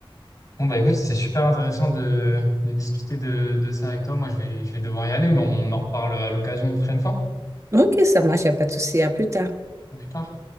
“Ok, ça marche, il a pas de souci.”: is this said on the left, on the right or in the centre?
Right